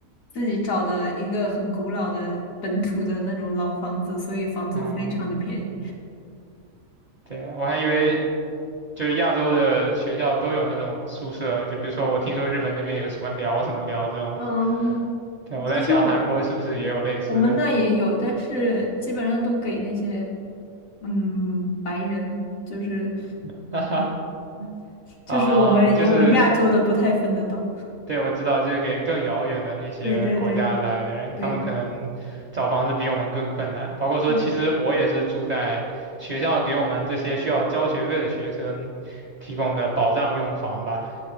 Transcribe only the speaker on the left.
自己找的一个很古老的本土的那种老房子，所以房租非常的便宜。
嗯，
其实我我们那也有，但是基本上都给那些嗯白人，就是
就是我们我们亚洲的不太分得到。
对对对对
对，